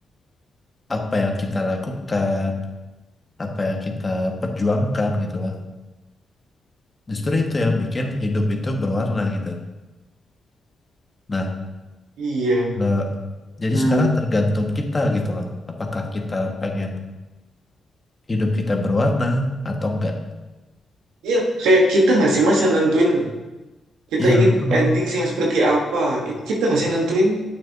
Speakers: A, on the left (about 25°); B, on the right (about 80°).
A: apa yang kita lakukan, apa yang kita perjuangkan gitu loh, justru itu yang bikin hidup itu berwarna gitu. Nah
B: iya
A: Nah, jadi
B: hmm
A: sekarang tergantung kita gitu loh. Apakah kita pengen hidup kita berwarna atau enggak?
B: Iya, kayak kita nggak sih mas yang nentuin kita
A: Iya
B: ingin
A: betul.
B: ending sih yang seperti apa? Itu kita nggak sih yang nentuin?